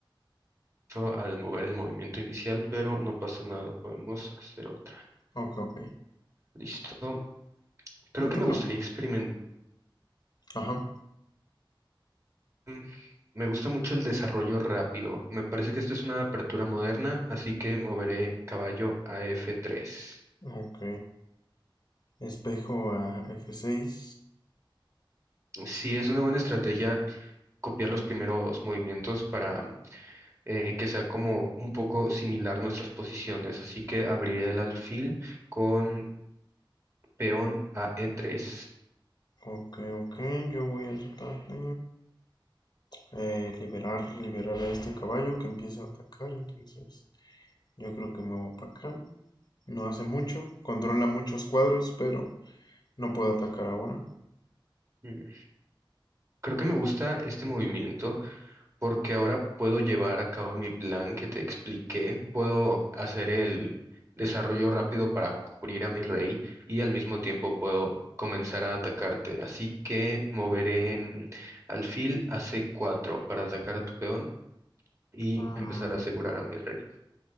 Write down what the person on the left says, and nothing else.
Ok, ok.
Te
tocamos.
Ajá.
Ok. Espejo a F6.
Ok, ok, yo voy a tratar de eh, liberar, liberar a este caballo que empieza a atacar, entonces yo creo que me voy para acá. No hace mucho, controla muchos cuadros, pero no puedo atacar ahora.
Mm,